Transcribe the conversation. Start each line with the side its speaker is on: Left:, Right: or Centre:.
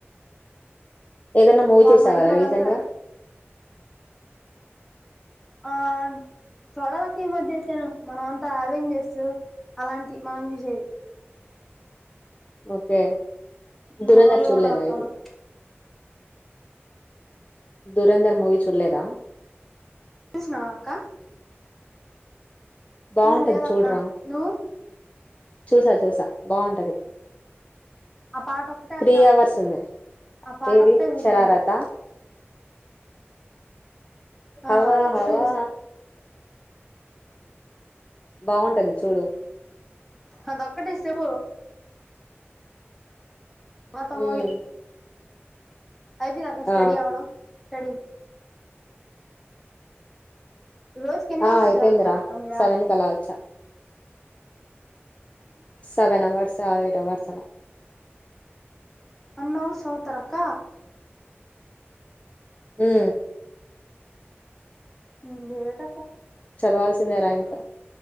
Left: ఏదైనా మూవీ
Centre: పాపం
Left: చూసావా
Centre: మా ఇంట్లో
Left: రా
Centre: వాళ్ళంతా
Left: రీసెంట్ గా
Centre: ఆ చడలక్క ఈ మధ్య అయితేను మనం అంతా అవెంజర్స్ అలాంటి మనం ఎమి చెయాం
Left: ఓకే దురంధర్
Centre: మామూలుగా
Left: చూడలేదా
Centre: ఉండదు అక్క
Left: ఇది
Centre: మనం
Left: దురంధర్ మూవీ చూడలేదా
Centre: చూసినవా అక్క
Left: బాగుంటది
Centre: ఉ లేదక్క
Left: చూడరా
Centre: నువ్వు
Left: చూసా చూసా బాగుంటది
Centre: ఆ పాట ఒక్కటే
Left: త్రీ
Centre: అక్క
Left: అవర్స్ ఉంది
Centre: ఆ పాట
Left: ఏది
Centre: ఒక్కటే చూసా
Left: షారారత
Centre: అంతే ఆ
Left: హవా
Centre: అదొక్కటే
Left: హవా
Centre: చూసా
Left: బావుంటాది చూడు
Centre: అదొక్కటిస్తే పో మోత మోగి
Left: ఉమ్
Centre: అయపెంది అక్క స్టడి
Left: ఆ
Centre: అవర్ స్టడీ రోజుకి ఎన్ని
Left: ఆ
Centre: అవర్స్
Left: అయిపోయిందిరా
Centre: జవతరక్కా మిరా
Left: సెవెన్ కి అలా వచ్చా seven hours or eight hours అలా
Centre: అన్ని అవర్స్ చవ్ తారా అక్క
Left: హు
Centre: ఇంగేట్
Left: చదవాల్సిందే రాంక్